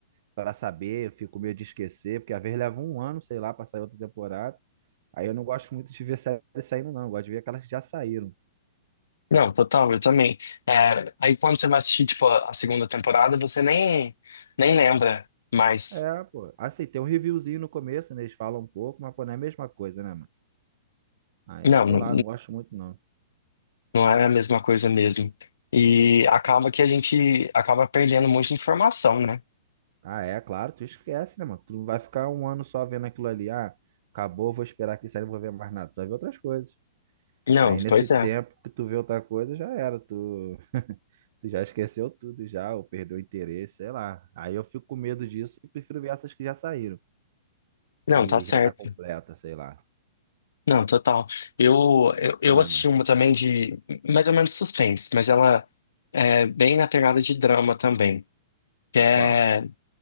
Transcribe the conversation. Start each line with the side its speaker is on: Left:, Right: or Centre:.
Right: Para saber, eu fico com medo de esquecer, porque às vezes leva um ano, sei lá, para sair outra temporada. Aí eu não gosto muito de ver série saindo, não. Eu gosto de ver aquelas que já saíram.
Left: Não, total, eu também. É, aí quando você vai assistir, tipo, a a segunda temporada, você nem, nem lembra mais.
Right: É, pô. Assim, tem um reviewzinho no começo, né? Eles falam um pouco, mas pô, não é a mesma coisa, né, mano? Aí,
Left: Não,
Right: sei
Left: não,
Right: lá, não gosto muito, não.
Left: não é a mesma coisa mesmo. E acaba que a gente acaba perdendo muita informação, né?
Right: Ah, é, claro, tu esquece, né, mano? Tu não vai ficar um ano só vendo aquilo ali. Ah, acabou, vou esperar que sair, não vou ver mais nada. Tu vai ver outras coisas.
Left: Não,
Right: Aí nesse
Left: pois
Right: tempo
Left: é.
Right: que tu vê outra coisa, já era. Tu, <laughs> tu já esqueceu tudo, já, ou perdeu o interesse, sei lá. Aí eu fico com medo disso e prefiro ver essas que já saíram,
Left: Não,
Right: que
Left: tá certo.
Right: já tá completa, sei lá.
Left: Não, total. Eu, eu, eu
Right: Ana,
Left: assisti uma também de mais ou menos suspense, mas ela é bem na pegada de drama também, que
Right: ou
Left: é,
Right: qual?